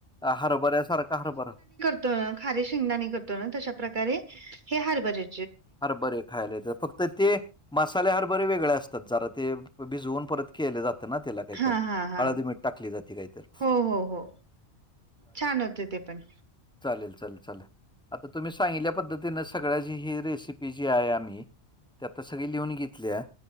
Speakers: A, in the centre; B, on the right.
A: हरभऱ्यासारखा हरभरा.
B: त खारे शेंगदाणे करतो ना तशा प्रकारे हे हारभरे.
A: हरबरे खायला तर फक्त- तर ते मसालेदार हरबरे वेगळे असतात जरा ते. भिजवून परत केले जातात. म्हणा त्याला काही
B: हा
A: तर
B: हा हा
A: हळद, मीठ टाकली जाते काही तर.
B: हो हो हो छान होते ते पण.
A: चालेल चाल चाल आता तुम्ही सांगितल्या पद्धतीन सगळ्याची ही रे पी जे आहे आम्ही ते आता सगळी लिहून घेतल्या.